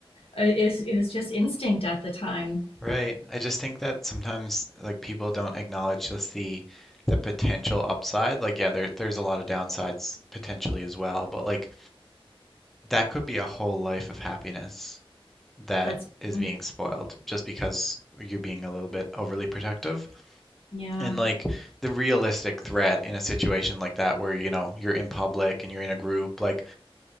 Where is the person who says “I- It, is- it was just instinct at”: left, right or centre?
Left